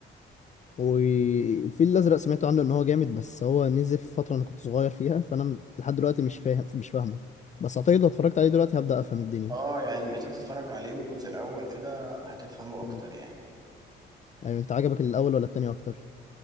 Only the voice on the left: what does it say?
والفيل الازرق سمعت عنه ان هو جامد بس هو نزل في فتره انا كنت صغير فيها فانا م- لحد دلوقتي مش فاهم مش فاهمه بس اعتقد لو اتفرجت عليه دلوقتي هبدا افهم الدنيا
مم.
ايوه انت عجبك الاول ولا التاني اكتر